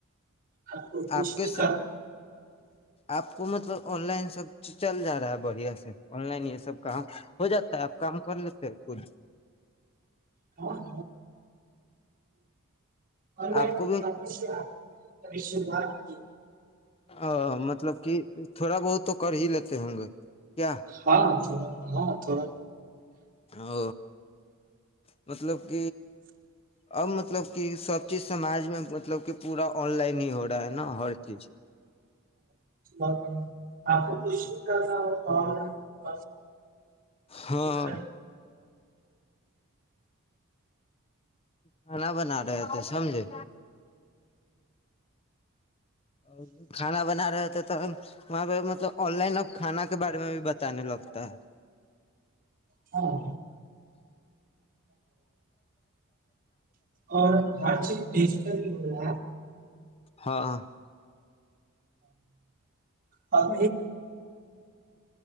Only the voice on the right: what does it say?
آپ تو پس
کاار
ہاں اور لائن
سے آپھی شروعات کی
ہاں ہاں تھوڑا
ا آپ کو کچھ بھی کرنا ہو اور ب
کر
ہاں اور ہر چیز ا
اور